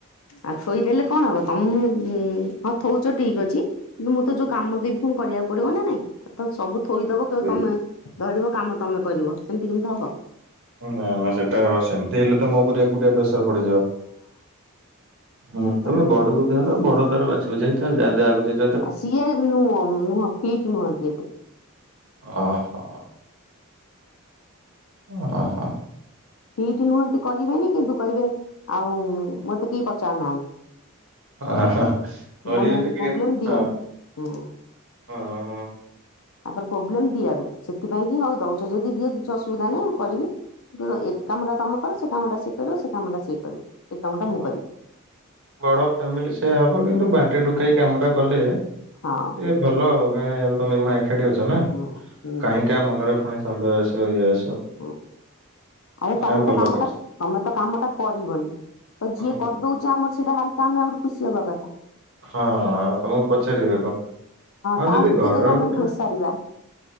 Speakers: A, on the left; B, on the right.
A: ଆଉ ଥୋଇଦେଲେ କଣ ହବ ତମକୁ ଉଁ ହଁ ଥଉଛ ଠିକ ଅଛି ମୁଁ ତ ଯୋଉ କାମ ଦେବି ଫୁଣି କରିବାକୁ ପଡିବ ନା ନାଇଁ। ଏ ତ ସବୁ ଥୋଇଦବ କହିବ
B: ହୁଁ
A: ତମେ ଧରିବ, କାମ ତମେ କରିବ ସେମିତି କେମିତି ହବ?
B: ନା ନା ସେଟା ହବା ସେମିତି ହେଲେ ତମ ଉପରେ ପୁରା ପ୍ରେସର ପଡିଯିବ। ହୁଁ ତାପରେ
A: ହଁ।
B: ବଡକୁ ଦିଆହେଲା ତ ବଡ ତାର ବାଛି ବୁଛାକି ତାର ଯା ଯାକୁ ଯେତ
A: ଆଉ ସିଏ ନୁହଁ ନୁହଁ ଫିଟ୍ ନୁହଁନ୍ତି ଏତେ।
B: ଓହୋ। ଅ ଅଁହ।
A: ଫିଟି ନୁହନ୍ତି କରିବେନି କିନ୍ତୁ କହିବେ ଆଉ ମତେ କେହି ପଚାରୁନାହା
B: ଓହୋ ହୋ କରିବେନି
A: ମାନେ
B: <unintelligible>
A: ପ୍ରୋବ୍ଲେମ
B: ହଁ
A: ଦିଆଡୁ ହୁଁ
B: ହଁ ହଁ।
A: ତାଙ୍କର ପ୍ରୋବ୍ଲେମ ଦିଇଆଡୁ ସେଥିପାଇଁ କି ହୋଉ ଦୋଉଚ ଯଦି ଦିଅ କିଛି ଅସୁବିଧା ନାହିଁ ମୁଁ କରିବି। <unintelligible> ଏ କାମଟା ତମେ କର ସେ କାମଟା ସିଏ କରିବ ସେ କାମଟା ସିଏ କରିବ। ଏ କାମଟା
B: ଓହୋ
A: ମୁଁ କରିବି
B: ବଡ ଫ୍ୟାମିଲି ସେୟା ହବ କିନ୍ତୁ ବାଣ୍ଟି ଡୁକେଇ କାମଟା କଲେ
A: ହଁ।
B: ଟିକେ ଭଲ ଆଉ କାହିଁକିନା ଏବେ ତମେ ଏଖୁଣା ଏଖାଟି ଅଛ ନା
A: ହୁଁ ହୁଁ
B: କାଇଁ କି ଆ ମନରେ ଫୁଣି ସନ୍ଦେହ ଆସିବ ଇଏ ଆସିବ।
A: ଅ ଆରେ ତମେ
B: ନା ଭଲ
A: ତ କାମଟା
B: କରୁଛ।
A: ତମେ ତ କାମଟା କରିବନି ତ
B: ହଁ
A: ଯିଏ କରଦୋଉଚି ଆମର ସେଇଟା ହାଲକା ଆମେ ଆହୁରି ଖୁସି ହବା କଥା।
B: ହଁ ଆଉ ତମକୁ ପଚାରିବେ କଁ ହଁ
A: ତା
B: ଯଦି
A: ଭିତରେ
B: ଘରର
A: ଆମେ
B: ଗୋଟେ
A: ଘୋଷାଡିବା